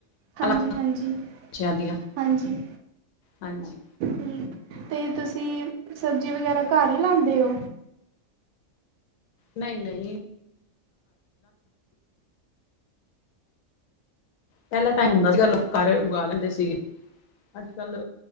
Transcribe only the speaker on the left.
ਅਲੱਗ ਬੱਚਿਆਂ ਦੀਆਂ ਹਾਂਜੀ
ਨਹੀਂ-ਨਹੀਂ। ਪਹਿਲਾਂ ਟਾਈਮ ਹੁੰਦਾ ਸੀਗਾ ਲੋਕ ਘਰ ਉਗਾ ਲੈਂਦੇ ਸੀਗੇ ਅੱਜ ਕੱਲ।